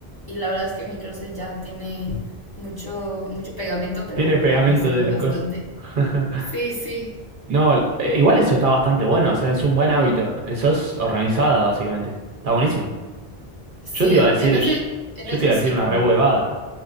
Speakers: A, on the left (about 25°); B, on the right (about 55°).
A: y la verdad es que mi closet ya tiene mucho, mucho pegamento, pero
B: Tiene pegamento
A: me sirve
B: de las
A: bastante.
B: cosas. <laughs>
A: Sí, sí.
B: No, l- eh, igual eso está bastante bueno, o sea, es un buen hábito. Eso es organizada, básicamente. Está buenísimo.
A: Sí,
B: Yo te iba a decir,
A: en ese,
B: yo,
A: en
B: yo
A: eso
B: te iba
A: sí,
B: a decir una
A: pero...
B: re huevada.